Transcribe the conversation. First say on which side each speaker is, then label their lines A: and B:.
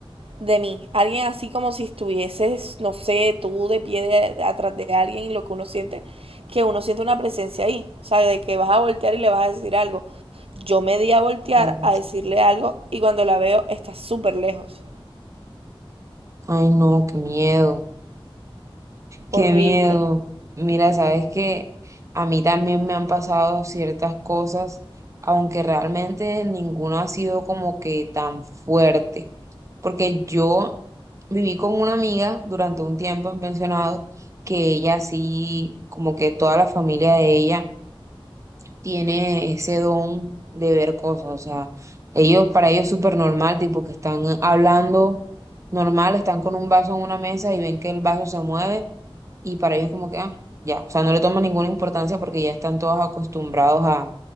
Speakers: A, on the right (about 80°); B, on the right (about 30°).
A: de mí. Alguien así como si estuvieses, no sé, tú de pie de- de- atrás de alguien, lo que uno siente, que uno siente una presencia ahí. O sea, de que vas a voltear y le vas a decir algo. Yo me di a voltear
B: Claro.
A: a decirle algo y cuando la veo está súper lejos.
B: Ay, no, qué miedo,
A: Horrible.
B: qué miedo. Mira, sabes que a mí también me han pasado ciertas cosas, aunque realmente ninguna ha sido como que tan fuerte. Porque yo viví con una amiga durante un tiempo en pensionado, que ella sí, como que toda la familia de ella tiene ese don de ver cosas, o sea, ellos, para ellos es súper normal, tipo que están hablando normal, están con un vaso en una mesa y ven que el vaso se mueve y para ellos como que, ah, ya, o sea, no le toman ninguna importancia porque ya están todos acostumbrados a,